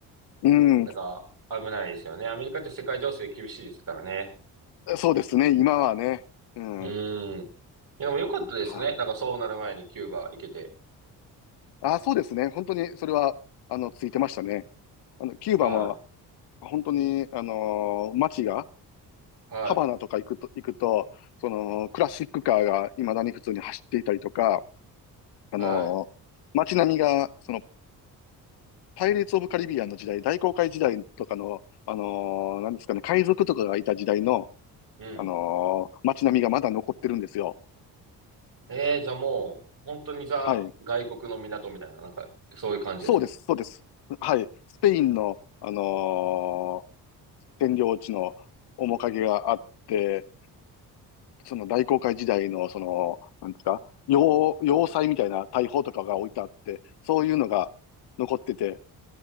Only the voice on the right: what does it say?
なんか危ないですよね。アメリカって世界情勢厳しいですからね。
うん。でも良かったですね。
なんかそうなる前にキューバ行けて。
はい。
は
い。はい。
うん。
えー、じゃあもう、本当にザ、
外国の港みたいな、なんか、そういう感じですか